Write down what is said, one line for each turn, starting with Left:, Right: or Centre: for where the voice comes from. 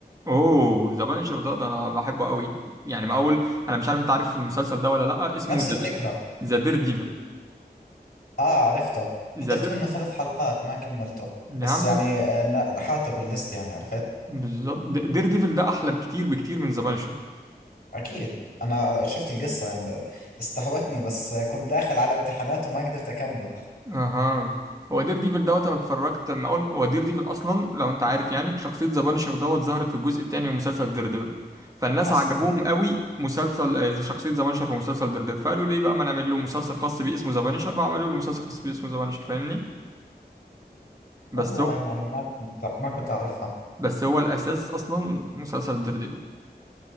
Right: اوه ذا بانشر ده ده انا بحبه قوي يعني ما اول انا مش عارف انت عارف المسلسل ده ولا لا اسمه
Left: نفس الفكرة
Right: ذا دير ديفل
Left: اه عرفته
Right: ذا
Left: حضرت
Right: دير
Left: منه ثلاث حلقات ما كملته
Right: اللي
Left: بس
Right: عند
Left: يعني آه، نا- حاطه بالليست يعني عرفت
Right: بالظبط دير ديفل ده احلى بكتير بكتير من ذا بانشر
Left: اكيد انا شفت القصة يعني استهوتني بس آه، كنت داخل على امتحانات وما قدرت اكمله
Right: اها هو دير ديفل دوت انا اتفرجت لما اول هو دير ديفل اصلا لو انت عارف يعني شخصيه ذا بانشر دوت ظهرت في الجزء الثاني من مسلسل دير ديفل فالناس
Left: اصلا
Right: عجبوهم قوي مسلسل آه، شخصيه ذا بانشر في مسلسل دير ديفل فقالوا ليه بقى ما نعمل له مسلسل خاص بيه اسمه ذا بانشر فعملوا له مسلسل خاص بيه اسمه ذا بانشر فاهمني بس
Left: حلوة هاي المعلومات كنت ما كنت اعرفها
Right: بس هو الاساس اصلا مسلسل ديرديفل